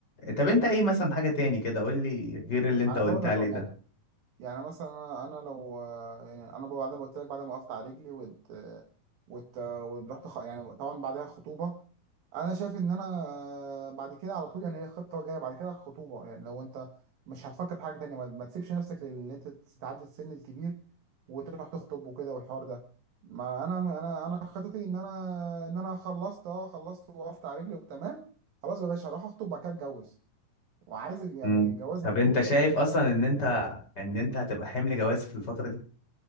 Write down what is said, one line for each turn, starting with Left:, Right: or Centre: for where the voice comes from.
Left: طب انت ايه مثلا حاجة تاني كده قول لي غير اللي انت
Right: انا
Left: قلت
Right: بقول لك
Left: عليه
Right: أهو،
Left: ده
Right: يعني يعني مثلا انا انا لو يعني انا بعد ما قلت لك بعد ما وقفت على رجلي وت وت ورحت خ... يعني طبعا بعدها خطوبه انا شايف ان انا بعد كده على طول يعني هي خطه جايه بعد كده الخطوبه يعني لو انت مش هتفكر في حاجه تانية ما, ما تسيبش نفسك لان انت تتعدي السن الكبير وتروح تخطب وكده والحوار ده ما انا انا انا خطتي ان انا ان انا خلصت اه خلصت وقفت على رجلي وتمام خلاص بقى يا باشا هروح اخطب وبعد كده اتجوز وعايز يعني
Left: مم.
Right: جواز
Left: طب
Right: على
Left: انت
Right: طول
Left: شايف اصلا ان انت ان انت هتبقى حمل جواز في الفترة دي